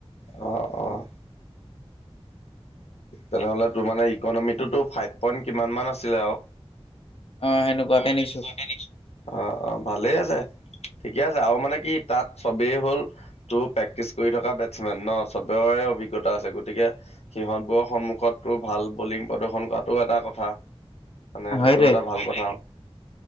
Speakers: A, on the left (about 80°); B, on the left (about 60°).
A: অ', অ'। তেনেহলে তোৰ মানে ইকনমিটোতো ফাইভ পইন্ট কিমান মান আছিলে আও।
B: অ', সেনেকুৱাকে
A: অ'
B: নিছো।
A: সেনেকুৱা <unintelligible> অ' অ' ভালেই আছে, ঠিকে আছে আৰু মানে কি তাত চবেই হ'ল। তোৰ প্ৰেক্টিচ কৰি থকা বেটচমেন ন চবৰে অভিজ্ঞতা আছে। গতিকে সিহঁত সন্মুখততো ভাল বলিং প্ৰদৰ্শন কৰাটো এটা কথা। মানে সেইটো
B: সেইটোৱে
A: এটা ভাল কথা।